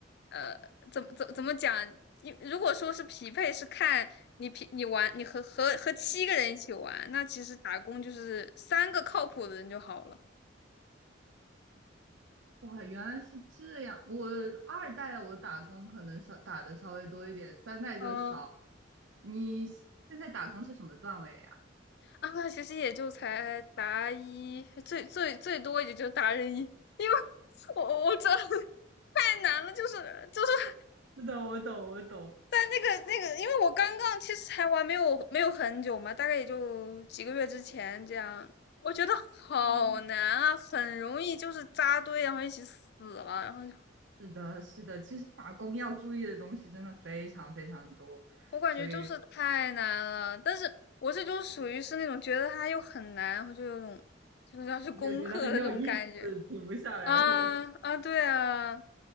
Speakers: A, on the left (about 60°); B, on the right (about 75°).
A: 呃怎么怎么怎么讲，你如果说是匹配，是看你匹你玩你和和和七个人一起玩，那其实打工就是三个靠谱的人就好了。
B: 哇，原来是这样。我二代我打工可能稍打的稍微多一点，三代就少了
A: 嗯、
B: 你现在打工是什么段位呀？
A: 啊，其实也就才达一，最最最多也就达人一，因为我我这 <laughs> 太难了，就是就是
B: 是的，我懂，我懂。
A: 在那个那个，因为我刚刚其实才玩没有没有很久嘛，大概也就几个月之前这样，我觉得好难啊，
B: 哦，
A: 很容易就是扎堆，然后一起死了，然后就
B: 是的，是的，其实打工要注意的东西真的非常非常多，
A: <laughs> 我感觉就是太难了，
B: 所以
A: 但是我这就属于是那种觉得它又很难，然后就有种就是要去攻克的那种感觉。
B: 又觉得很有意思，停不下来是吧？
A: 啊啊，对啊，